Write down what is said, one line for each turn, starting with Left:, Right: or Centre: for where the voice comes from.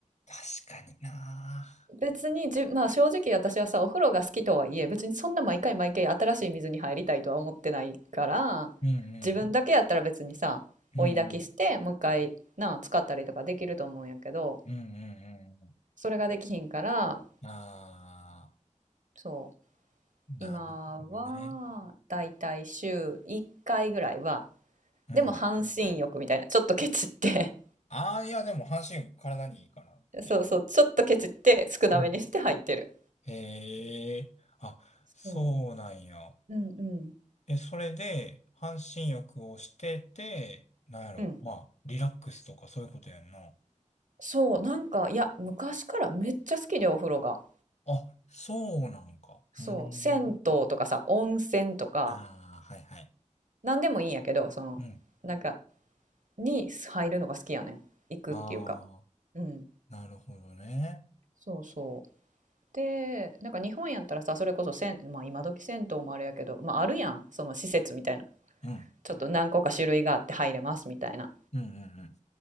Left: 確かにな。
Right: 別にじ、まあ正直私はさ、お風呂が好きとはいえ、別にそんな毎回毎回新しい水に入りたいとは思ってないから、
Left: うんうん
Right: 自分だけやったら別にさ、
Left: うん。
Right: 追い焚きして、
Left: うんうん。
Right: もう一回、なあ、使ったりとかできると思うんやけど、
Left: うんうんう
Right: それができひんから、
Left: ん。ああ、
Right: そう。
Left: なるほどね。
Right: 今は、だいたい週1回ぐらいは、
Left: うん。
Right: でも半身浴みたいな、ちょっとケチって
Left: ああ、いや、でも半身体にいいから。
Right: <laughs> そうそう、
Left: え、
Right: ちょっとケチって少なめにして入ってる。
Left: うん。へえ、あ、
Right: そ
Left: そうなんや。
Right: う。うんうん。
Left: え、それで、半身浴をしてて、なんやろ、
Right: うん。
Left: まあ、リラックスとかそういうことやんな。
Right: そう、なんか、いや、昔からめっちゃ好きで、お風呂が。
Left: あ、そうなんか。
Right: そう、
Left: うー
Right: 銭湯とかさ、
Left: ん。
Right: 温泉とか、
Left: ああ、はいはい。
Right: なんでもいいんやけど、その、
Left: うん。
Right: なんか、に入るのが好きやねん。行くっていうか。
Left: ああ、
Right: うん。
Left: なるほどね。
Right: そうそう。でなんか日本やったらさそれこそ銭、まあ、今時銭湯もあれやけど、まあ、あるやんその施設みたいな
Left: うん。
Right: ちょっと何個か種類があって入れますみたいな
Left: うんうんうん。